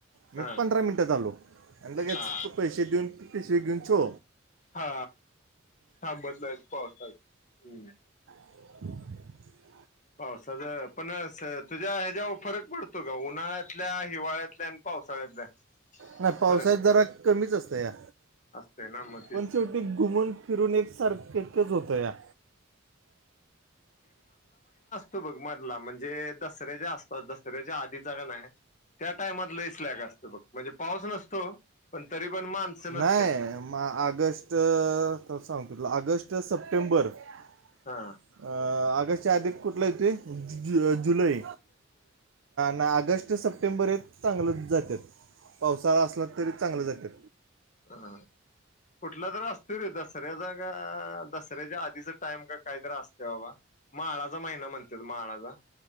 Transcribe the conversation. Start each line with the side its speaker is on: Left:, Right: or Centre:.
Right: मी
Left: हा
Right: पंधरा मिनटं चाललो आणि लगेच
Left: हा
Right: तो पैसे देऊन पिशवी घेऊन छो...
Left: हा हा बदलाच पावसात हम्म...
Right: ह...
Left: हो सध्या पण तुझ्या ह्याच्यावर फरक पडतो का उन्हाळ्यातल्या हिवाळ्यातल्या पावसाळ्यातल्या
Right: नाही पावसाळ्यात
Left: फरक
Right: जरा कमीच असत या
Left: असते ना मग तेच
Right: पण शेवटी घुमून फिरून एकसारखंच होतं या
Left: तो बघ मधला म्हणजे दसऱ्याच्या आसपास दसऱ्याच्या आधीचा काणी त्या टाईमात लईस लॅग असत बघ म्हणजे पाऊस नसतो पण तरी पण माणसं नसतात
Right: नाही मग आ ऑगस्ट संप त ऑगस्ट सप्टेंबर- अ
Left: हा
Right: आगस्ट च्या आधी कुठला येते जुलै ना ऑगस्ट सप्टेंबर हे चांगलं जातात पावसाळा असला तरी चांगलं जाते.
Left: हां कुठला तर असतोय रे दसऱ्याचा का दसऱ्याच्या आधीचा टाइम का काहीतरी असते बाबा माळाचा महिना म्हणतात माळाचा